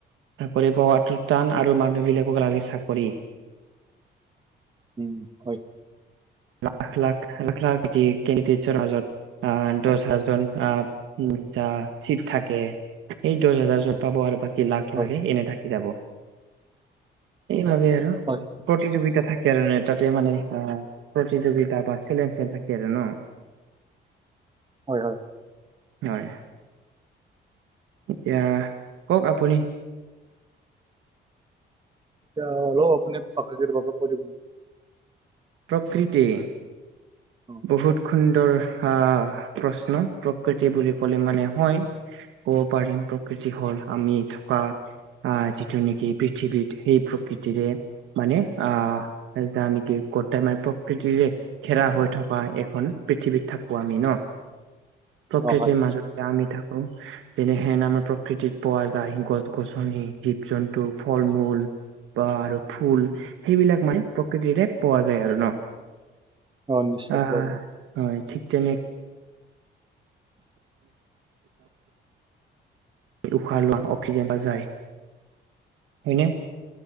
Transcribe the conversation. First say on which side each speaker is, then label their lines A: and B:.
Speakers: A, on the right; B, on the right.
A: চাকৰি পোৱাতো টান আৰু মানুহ বিলাকক লাগে চাকৰি।
B: উম' হয়ত-
A: লাখ লাখ লাখ লাখ কি কেন্দিদেটছৰ মাজত- আঁহ দহ হাজন আঁহ উম যা চীত থাকে। এই দহ হাজাৰ চীত পাব আৰু, বাকী লাখ-
B: হয়
A: লাগে এনেই থাকি যাব, সেই বাবেই আৰু-
B: হয়।
A: প্ৰতিযোগিতা থাকে আৰু নে তাতে মানে অঁ প্ৰতিযোগিতা বা চেলেকশ্যন থাকে আৰু ন।
B: হয় হয়।
A: হয়। এতিয়া, কওক আপুনি?
B: এতিয়া অলপ আপুনি প্ৰকৃতি বাবে কৈ দিব নি?
A: প্ৰকৃতি?
B: অ
A: বহুত সুন্দৰ আহ প্ৰশ্ন প্ৰকৃতি বুলি ক'লে মানে হয় ক'ব পাৰিম প্ৰকৃতি হল আমি থকা আহ যিটো নেকি পৃথিৱীত সেই প্ৰকৃতিৰে মানে আ যা নেকি কটাই মানে প্ৰকৃতিৰে ঘেৰা হৈ থকা এখন পৃথিৱীত থাকো আমি ন প্ৰকৃতিৰ
B: অ হয়
A: মাজত এয়া আমি থাকো যেনেহেন আমাৰ প্ৰকৃতিত পোৱা যায় গছ গছনি জিব জন্তু ফল মূল বা আৰু ফুল সেইবিলাক মানে প্ৰকৃতিতে পোৱা যায় আৰু ন
B: অ নিশ্চয়
A: আহ
B: পোৱা যায়
A: হয় ঠিক তেনেক উশাহ লোৱা অক্সিজেন বা যায় হয়নে